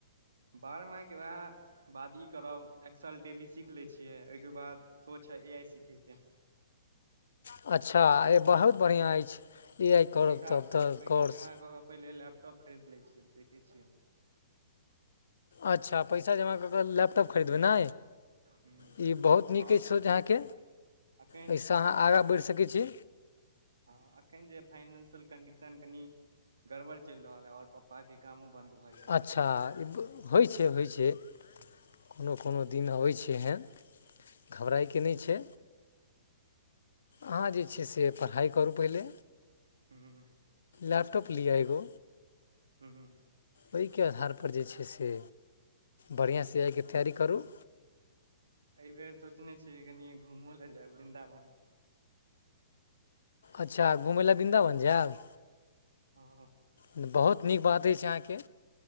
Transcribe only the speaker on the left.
अच्छा! ई बहुत बढ़िआँ अछि। ए आइ करब
तब तऽ
कोर्स
अच्छा! पैसा जमा कर के लेप टाँप खरीदबै
ने,
ई बहुत नीक
अछि सोच अहाँके!
एहिसँ अहाँ आगाँ बढ़ि सकै छी।
अच्छा
ई होइ छै, होइ छै, कोनो- कोनो दिन अबै छै एहन। घबराइके नहि छै। अहाँ जे छै से, पढ़ाइ करू पहिले।
लैपटॉप लिअ एगो।
ओहिके आधारपर जे छै से, बढ़िआँसँ आइके तैयारी करू।
अच्छा! घुमै लए बृन्दावन जायब?
बहुत नीक बात अछि अहाँके।